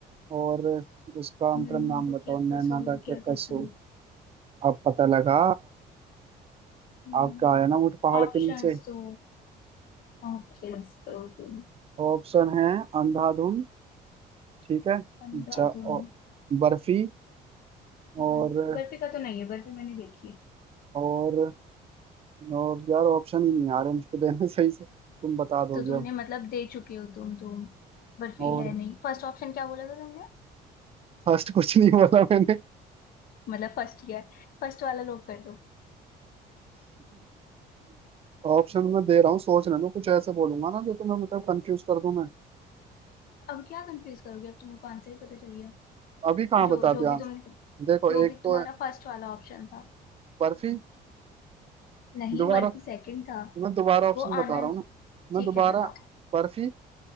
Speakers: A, on the right; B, on the left.
A: और उसका
B: मैंने
A: मतलब नाम
B: तो
A: बताओ
B: क्या
A: नैना
B: कसूर
A: दा क्या
B: क्या
A: कसूर
B: कसूर
A: अब पता लगा
B: हम्म,
A: आपका आया ना ऊँट पहाड़
B: ऑप्शंस
A: के नीचे
B: तो ऑप्शंस तो तुम
A: ऑप्शन है अंधाधुन ठीक है
B: अंधाधुन
A: ज, औ- बर्फी और
B: बर्फी बर्फी का तो नहीं है बर्फी मैंने देखी है
A: और और यार ऑप्शन ही नहीं आ रहे मुझको देने सही से तुम बता दोगे
B: तो तुमने
A: अब
B: मतलब दे चुके हो तुम तुम बर्फी
A: और
B: है नहीं फर्स्ट ऑप्शन क्या बोला था तुमने
A: फर्स्ट कुछ नहीं बोला मैंने
B: मतलब फर्स्ट ईयर फर्स्ट वाला लोग कर दो
A: ऑप्शन में दे रहा हूँ सोच लेना कुछ ऐसे बोलूंगा ना जो तुम्हें मतलब कंफ्यूज कर दूं मैं
B: अब क्या कंफ्यूज करोगे अब तुमको आंसर ही पता चल गया
A: अभी कहाँ बता
B: जो जो
A: दिया
B: भी
A: आंसर
B: तुमने
A: देखो
B: जो
A: एक
B: भी
A: तो
B: तुम्हारा
A: है
B: फर्स्ट वाला ऑप्शन था
A: बर्फी
B: नहीं
A: दोबारा
B: बल्कि सेकंड था
A: मैं दोबारा ऑप्शन
B: वो
A: बता
B: आनंद
A: रहा हूँ ना मैं
B: ठीक
A: दोबारा
B: है बताओ
A: बर्फी